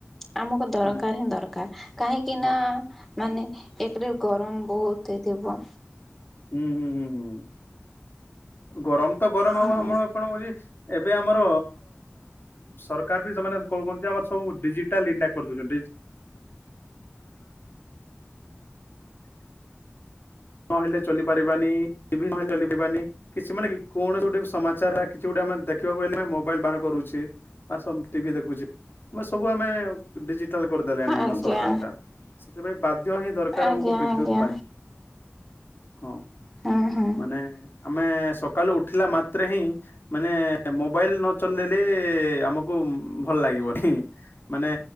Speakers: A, in the centre; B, on the left.
A: ଆମକୁ ଦରକାର
B: ମାନେ
A: ହିଁ ଦରକାର କାହିଁକି
B: ହଁ।
A: ନା ମାନେ ଏକରେ ଗରମ ବହୁତ ହେଇଥିବ।
B: ହୁଁ ହୁଁ ହୁଁ ହୁଁ ଗରମ ତ ଗରମ
A: ହୁଁ
B: ଆଉ ଆମର କଣ ହଉଛି? ଏବେ ଆମର ସରକାର ବି ସେମାନେ କଣ କରଛନ୍ତି ଆମର ସବୁ ଡିଜିଟାଲ ଇଣ୍ଡିଆ କରିଦଉଛନ୍ତିାନ ନହେଲେ ଚପାରିବାନି ନହେଲେ ଚପାରିବାନି କିଛି ମାନେ କୌଣସି ଗୋଟେ ସମାଚାର କିଛି ଗୋଟେ ଆମେ ଦେଖିବାକୁ ହେଲେ ମୋବାଇଲ ବାହାର କରୁଛି ବା ଟିଭି ଦେଖୁଛି ଆ ସବୁ ଆମେଡି କରିଦେଲେଣି
A: ଆଜ୍ଞା
B: ଆମ ସରକାର ଟା ସେଥିପାଇଁ ବାଧ୍ୟ ହିଁ ଦରକାର
A: ଆଜ୍ଞା
B: ଆମକୁ ବିଦ୍ୟୁତ
A: ଆଜ୍ଞା
B: ପାଇଁ ହଁ
A: ହୁଁ ହୁଁ
B: ମାନେ ଆମେ ସକାଳୁ ଉଠିଲା ମ ହି ମାନେ ମୋବାଇଲ ନଚଲେଇଲେ ଆମକୁ ଭଲ ଲାଗିବନି ମାନେ